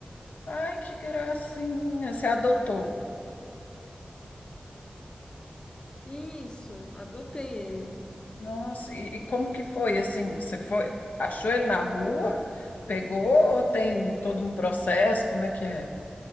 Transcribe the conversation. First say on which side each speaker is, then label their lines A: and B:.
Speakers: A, on the left (about 80°); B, on the left (about 30°).
A: Ai, que gracinha, você adotou.
B: Isso, adotei ele.
A: Nossa, e, e como que foi assim? Você foi, achou ele na rua, pegou ou tem todo um processo? Como é que é?